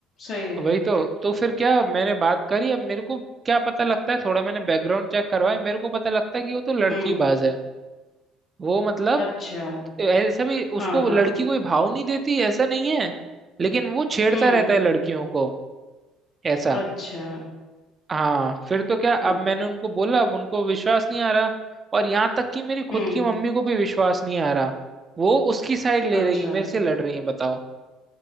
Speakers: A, on the left; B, on the right.
A: सही है
B: वही तो तो फिर क्या मैंने बात करी अब मेरे को क्या पता लगता है थोड़ा मैंने बैकग्राउंड चेक करवाया मेरे को पता लगता है कि वो तो लड़की
A: हम्म
B: बाज है वो मतलब
A: अच्छा
B: ऐसा भी
A: हाँ
B: उसको
A: हाँ
B: लड़की कोई भाव नहीं देती ऐसा नहीं है लेकिन वो छेड़ता
A: हम्म
B: रहता है लड़कियों को ऐसा
A: अच्छा
B: हाँ फिर तो क्या
A: अ-
B: अब मैंने उनको बोला अब उनको विश्वास नहीं आ रहा और यहाँ तक कि मेरी
A: हम्म
B: खुद की मम्मी को भी विश्वास नहीं आ रहा वो उसकी साइड ले
A: अच्छा
B: रही है मेरे से लड़ रही है बताओ